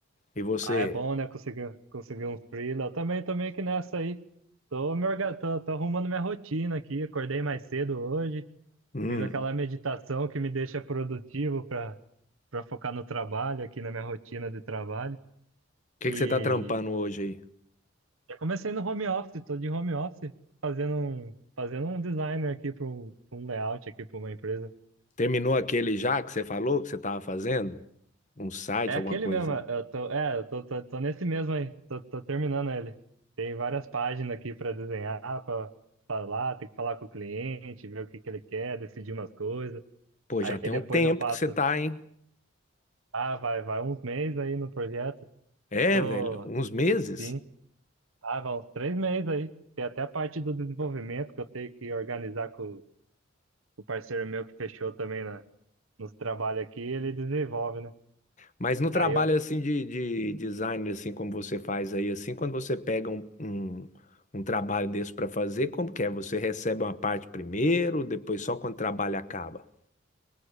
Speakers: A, on the left; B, on the right.
A: E você?
B: Ah, é bom, né? Conseguir, conseguir um freela. Eu também tô meio que nessa aí. Tô, me orga... tô, tô arrumando minha rotina aqui. Acordei mais cedo hoje.
A: Hum,
B: Fiz aquela
A: o
B: meditação que me deixa produtivo pra, pra focar no trabalho, aqui na minha rotina de trabalho.
A: que
B: E
A: que você tá trampando hoje
B: já comecei no home office. Tô de home office fazendo um, fazendo um designer aqui para um, pra um layout aqui para uma empresa.
A: Terminou aquele já que você falou que você estava fazendo? Um site,
B: É
A: alguma
B: aquele
A: coisinha?
B: mesmo, é, eu tô, é, eu tô, tô, tô nesse mesmo aí, tô, tô terminando ele. Tem várias páginas aqui para desenhar, para falar, tem que falar com o cliente, ver o que que ele quer, decidir umas coisas.
A: Pô,
B: Aí
A: já tem
B: depois
A: um tempo
B: eu passo,
A: que você tá, hein?
B: ah, vai, vai uns meses aí no projeto.
A: É,
B: Tô,
A: velho, uns meses.
B: sim, ah, vai uns três meses aí. Tem até a parte do desenvolvimento que eu tenho que organizar com o parceiro meu que fechou também na, nos trabalhos aqui, ele desenvolve, né?
A: Mas no trabalho
B: Aí eu
A: assim de, de design, assim como você faz aí, assim, quando você pega um, um, um trabalho desse para fazer, como que é? Você recebe uma parte primeiro, depois só quando o trabalho acaba?